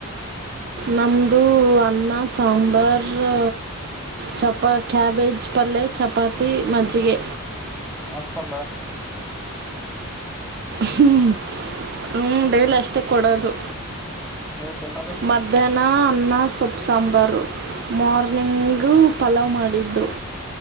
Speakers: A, on the right; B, in the centre.
A: ನಮ್ಮ್ದು ಅನ್ನ ಸಾಂಬಾರು. ಚಪಾ ಕ್ಯಾಬೇಜ್ ಪಲ್ಲೆ ಚಪಾತಿ ಮಜ್ಜಿಗೆ.
B: ಹ ಅಷ್ಟೊಂದಾ.
A: ಹ್ಮ್ ಹ್ಮ ಡೈಲಿ ಅಷ್ಟೇ ಕೊಡೋದು.
B: ನೀವು ತಿನ್ನೋದು?
A: ಮಧ್ಯಾಹ್ನ ಅನ್ನ ಸೊಪ್ಪ್ ಸಾಂಬಾರು, ಮಾರ್ನಿಂಗು ಪಲಾವ್ ಮಾಡಿದ್ರು.